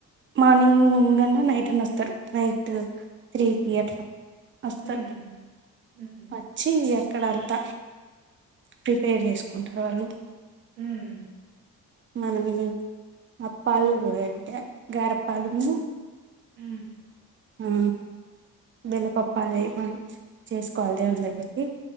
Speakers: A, on the right; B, on the right.
A: మార్నింగ్ అన్నా నైట్ అన వస్తారు నైట్ త్రి కీ అట్లా వస్తారు
B: హ్మ్. హుహు.
A: వచ్చి ఇక్కడంత ప్రిపేర్ చేసుకుంటారు వాళ్ళు
B: ఉమ్మ్
A: మనం అప్పాలు పోయంటే గారప్పాలను
B: ఉ
A: హ బెలపప్పాలయవం చేస్కోవల్ దేవుని
B: హ్మ్.
A: దగ్గరకి